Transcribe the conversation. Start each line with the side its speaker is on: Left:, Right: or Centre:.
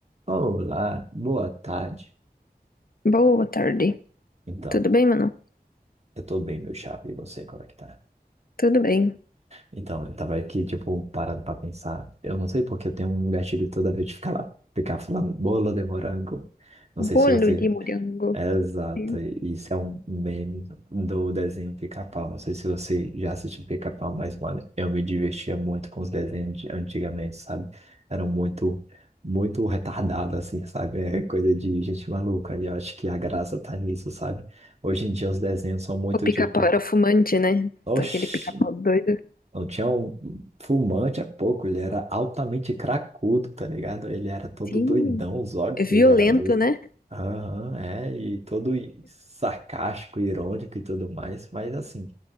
Right: Olá, boa tarde.
Left: Boa tarde.
Right: Então,
Left: Tudo bem, Manu?
Right: eu tô bem, meu chapa, e você, como é que tá?
Left: Tudo bem.
Right: Então, eu tava aqui, tipo, parado pra pensar. Eu não sei porque eu tenho um gatilho toda vez de ficar lá, ficar falando bolo de morango. Não sei
Left: Bolo
Right: se você
Left: de morango.
Right: Exato,
Left: Sim.
Right: isso é um meme do desenho Pica-Pau. Não sei se você já assistiu Pica-Pau, mas, mano, eu me divertia muito com os desenhos de antigamente, sabe? Eram muito, muito retardados, assim, sabe? É coisa de gente maluca. E eu acho que a graça tá nisso, sabe? Hoje em dia os desenhos são muito
Left: O pica-pau
Right: tipo,
Left: era fumante, né?
Right: oxi.
Left: Aquele pica-pau doido.
Right: Não tinha um fumante há pouco, ele era altamente cracudo, tá ligado? Ele era todo
Left: Sim.
Right: doidão, os olhos
Left: É
Right: dele
Left: violento,
Right: era doido.
Left: né?
Right: Aham, é, e todo sarcástico, irônico e tudo mais, mas assim,